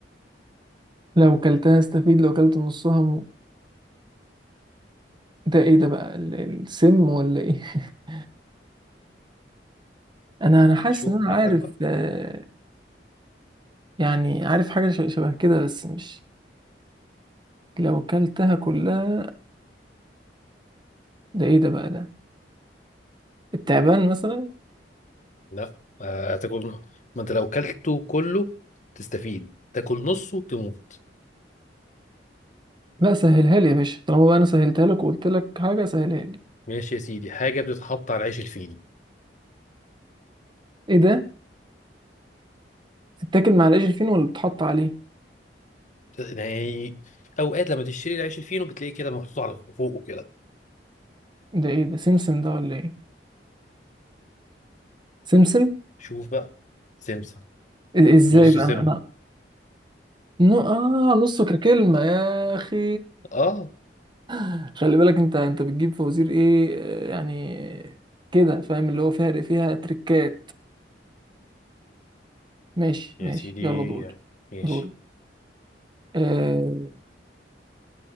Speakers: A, on the right; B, on the left.
A: لو كلتها استفيد لو كلت نصها م... ده ايه ده بقى ال- السم ولا ايه <laughs> انا انا حاسس
B: شوف
A: ان انا
B: براحتك
A: عارف
B: بقى
A: آه، يعني عارف حاجة ش- شبه كده بس مش لو كلتها كلها ده ايه ده بقى ده التعبان مثلا
B: لا آه، تاكل ما انت لو اكلته كله تستفيد تاكل نصه تموت
A: لا سهلها لي يا باشا طالما بقى انا سهلتها لك وقلت لك حاجه سهلها لي
B: ماشي يا سيدي حاجه بتتحط على العيش الفينو
A: ايه ده تتاكل مع العيش الفين ولا بتحط عليه
B: يعني اوقات لما تشتري العيش الفينو بتلاقيه كده محطوط على فوقه كده
A: ده ايه ده سمسم ده ولا ايه سمسم
B: شوف بقى سمسم
A: إ- ازاي
B: نصه
A: بقى
B: سم
A: انا انا نو اه نصه ككلمه يا اخي
B: اه
A: <laughs> خلي بالك انت انت بتجيب فوازير ايه آه، يعني كده فاهم اللي هو فيها فيها تريكات ماشي
B: يا
A: ماشي
B: سيدي
A: يلا دور
B: ماشي
A: دور آه